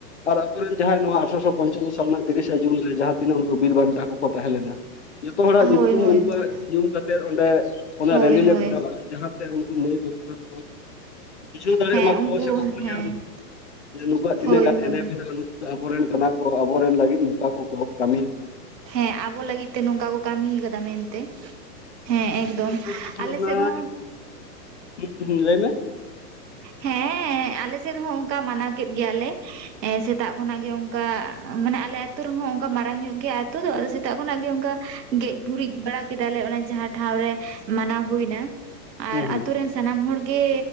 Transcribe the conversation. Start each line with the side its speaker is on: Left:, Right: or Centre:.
Left: ᱟᱨ ᱟᱵᱚᱨᱮᱱ ᱡᱟᱦᱟᱸᱭ ᱱᱚᱣᱟ ᱟᱴᱷᱨᱚᱥᱚ ᱯᱚᱧᱪᱟᱱᱱᱚ ᱥᱟᱞ ᱨᱮᱱᱟᱜ ᱛᱤᱨᱤᱥᱟ ᱡᱩᱱ ᱨᱮ ᱡᱟᱦᱟᱸ ᱛᱤᱱᱟᱹᱜ ᱩᱱᱠᱩ ᱵᱤᱨ ᱵᱟᱱᱴᱟ ᱠᱚᱠᱚ ᱛᱟᱦᱮᱸ ᱞᱮᱱᱟ, ᱡᱷᱚᱛᱚ ᱦᱚᱲᱟᱜ ᱧᱩᱛᱩᱢ
Right: ᱦᱳᱭ ᱦᱳᱭ
Left: ᱩᱱᱠᱩᱣᱟᱜ
Right: ᱦᱳᱭ
Left: ᱧᱩᱢ ᱠᱟᱛᱮᱫ ᱚᱸᱰᱮ ᱚᱱᱟ
Right: ᱦᱳᱭ
Left: ᱨᱮᱞᱤ
Right: ᱦᱳᱭ
Left: ᱠᱚᱨᱟᱣᱟ ᱡᱟᱦᱟᱸᱛᱮ ᱩᱱᱠᱩ ᱢᱟᱹᱭ ᱵᱟᱹᱵᱩ ᱛᱟᱠᱚ ᱵᱩᱡᱷᱟᱹᱣ ᱫᱟᱲᱮᱭᱟᱜ
Right: ᱦᱮᱸ
Left: ᱢᱟᱠᱚ
Right: ᱩᱱᱠᱩ
Left: ᱥᱮᱠᱚ ᱵᱩᱡᱟᱢ,
Right: ᱦᱮᱸ
Left: ᱥᱮ ᱱᱩᱠᱩᱣᱟᱜ ᱛᱤᱱᱟᱹᱜ
Right: ᱦᱳᱭ
Left: ᱜᱟᱱ
Right: ᱦᱳᱭ
Left: ᱮᱱᱮᱢ ᱦᱮᱱᱟᱜ ᱱᱩᱠᱩ ᱫᱚ ᱟᱵᱚᱨᱮᱱ ᱠᱟᱱᱟ ᱠᱚ ᱟᱵᱚᱨᱮᱱ ᱞᱟᱹᱜᱤᱫ ᱱᱚᱝᱠᱟ ᱠᱚᱠᱚ ᱠᱟᱹᱢᱤᱭᱮ ᱟᱠᱟᱫᱟ᱾
Right: ᱦᱮᱸ ᱟᱵᱚ ᱞᱟᱹᱜᱤᱫ ᱛᱮ ᱱᱚᱝᱠᱟ ᱠᱚ ᱠᱟᱹᱢᱤ ᱠᱟᱫᱟ ᱢᱮᱱᱛᱮ᱾ ᱦᱮᱸ ᱮᱠᱫᱚᱢ
Left: ᱩᱱ ᱡᱚᱠᱷᱚᱱ
Right: ᱟᱞᱮ
Left: ᱚᱱᱟᱚ
Right: ᱥᱮᱫ ᱦᱚᱸ
Left: ᱦᱩᱸ ᱦᱩᱸ ᱞᱟᱹᱭᱢᱮ
Right: ᱦᱮᱸᱻ ᱟᱞᱮ ᱥᱮᱫ ᱦᱚᱸ ᱚᱱᱠᱟ ᱢᱟᱱᱟᱣ ᱠᱮᱫ ᱜᱮᱭᱟ ᱞᱮ᱾ ᱮ ᱥᱮᱛᱟᱜ ᱠᱷᱚᱱᱟᱜ ᱜᱮ ᱚᱱᱠᱟ ᱢᱟᱱᱮ ᱟᱞᱮ ᱟ ᱟᱹᱛᱩ ᱨᱮᱦᱚᱸ ᱚᱱᱠᱟ ᱢᱟᱨᱟᱝ ᱧᱚᱜ ᱜᱮ <unintelligible> ᱫᱚ ᱟᱫᱚ ᱥᱮᱛᱟᱜ ᱠᱷᱚᱱᱟᱜ ᱜᱮ ᱚᱱᱠᱟ ᱜᱮᱡ ᱜᱩᱨᱤᱡ ᱵᱟᱲᱟ ᱠᱮᱫᱟᱞᱮ ᱚᱱᱟ ᱡᱟᱦᱟᱸ ᱴᱷᱟᱶ ᱨᱮ ᱢᱟᱱᱟᱣ ᱦᱩᱭᱱᱟ᱾ ᱟᱨ
Left: ᱦᱩᱸ
Right: ᱟᱛᱩᱨ ᱨᱮᱱ ᱥᱟᱱᱟᱢ ᱦᱚᱲᱜᱮ